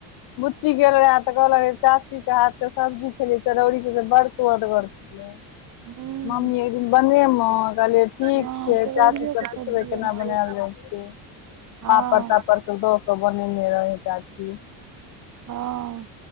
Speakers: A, on the left (about 50°); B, on the right (about 40°).
A: बुच्ची गेल रहेए तऽ कहलक चाची के हाथ के सब्जी खेलियै चरौरी के से बड़ सुदगर छले।
B: हूँ
A: मम्मी एकदिन बनेमे कहलियै ठीक
B: हँ
A: छैय,
B: चरौड़ियोके
A: चाची से पुछबै
B: सब्जी बनाबै
A: केना बनायल जाइ छै। पापड़-तापड़
B: हँ
A: सब दऽ क बनेने रहैय चाची।
B: हां